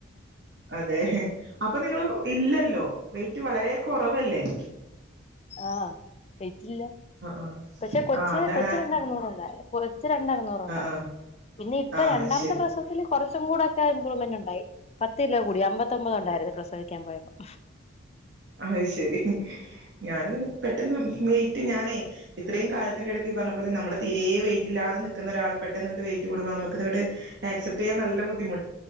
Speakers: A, on the right; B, on the left.
A: അതെ അപ്പൊ നിങ്ങൾ ഇല്ലല്ലോ വയ് റ്റ് വളരെ കൊറവല്ലേ
B: ആ വെയ്റ്റില്ല
A: ആഹ്
B: പക്ഷെ കൊച്ച്
A: ആഹ് അതാണ്
B: കൊച്ച്
A: ആഹ്
B: രണ്ടേ അറുന്നൂറുണ്ടായിരുന്നു കൊ രണ്ടറുന്നൂറുണ്ടായിരുന്നു
A: ആഹ്
B: പിന്നെ ഇപ്പൊ
A: ആഹ്
B: രണ്ടാമത്തെ
A: ശരി
B: പ്രസവത്തിൽ കുറച്ചും കൂടെ ഒക്കെ ഇമ്പ്രൂവ്മെന്റ്ണ്ടായി പത്ത് കിലോ കൂടി അമ്പത്തി പത്തൊമ്പത് ഉണ്ടായിരുന്നു പ്രസവിക്കാൻ പോയപ്പം
A: അയ്ശരി ഞാൻ പിന്നെ പെട്ടെന്ന് വെയിറ്റ് ഞാനേ ഇത്രയും കാലത്തിന്റെറെ ഇടയ്ക്ക് പറഞ്ഞ പോലെ നമ്മള് തീരെ വെയിറ്റ്ല്ലാതെ നിക്കുന്ന ഒരാൾ പെട്ടെന്ന്ങ്ങട്ട് വെയിറ്റ് കൂടുമ്പോ നമ്മക്ക് തങ്ങട്ട് ആക്സെപ്റ്റ് ചെയ്യാൻ നല്ല ബുദ്ധിമു